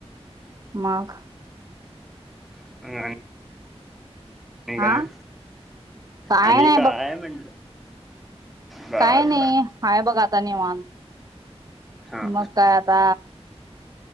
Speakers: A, on the right; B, in the centre.
A: मग
B: <unintelligible> <inaudible> मग आणि आणी
A: हा
B: काय
A: काय
B: आणि
A: नाही बघ,
B: म्हटलं बर
A: काय नाही हाय बघ आता निवांत.
B: हा
A: मग काय आता